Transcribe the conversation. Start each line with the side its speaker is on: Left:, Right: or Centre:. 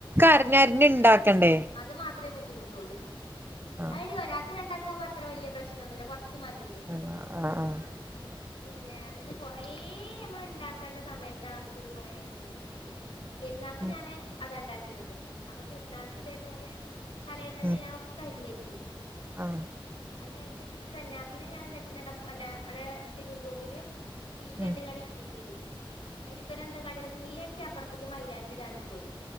Right: അരഞ്ഞ് അരഞ്ഞ് ഇണ്ടാക്കണ്ടേ.
Left: അത് മാത്രേ ബുദ്ധിമുട്ടുള്ളൂ
Right: ആഹ്
Left: ഐടി ഒരാ ഒരാക്കോ രണ്ടാക്കോ അത്ര വല്യ പ്രശനൊന്നുല്ല കൊറച്ച് മതീലെ.
Right: ആ ആഹ് ആഹ്
Left: ആ പിന്നെ ഇത് കൊറേ അമ്മള് ഇണ്ടാക്കണ്ട സമയത്താണ് അമ്മക്ക് ഇത് കൊറേ അരിയല്. എന്താകലും. പെര്ന്നാക്ക്
Right: ഉം
Left: ഞാന് അതാ ഇണ്ടാക്കിന്നത് അപ്പൊ പെരുന്നാക്ക് ഇതേപോലെ തലെന്നന്നെ
Right: ഉം
Left: ഞാൻ ഒ ക്കരിഞ്ഞെച്ചു
Right: ആഹ്
Left: അയില് അരിഞ്ഞ് വെച്ചപ്പോ സന്നാ പ്പിനെ ഞാൻ എന്താട്ടിന്നട പിന്നെ അവിടെ ലിവിംഗ് റൂമില്. ടി വി
Right: ഉം
Left: ണ്ട്ങ്ങാണ്ട്
Right: ആഹ് ഉം
Left: ഇര്ത്തിക്കെനു അതില് ഇവനന്താ കാട്ടികണ് മിയെ ന്ച്ചി അപ്പറത്ത്ക്ക് മൈലാഞ്ചി ഇടാനും പോയിനു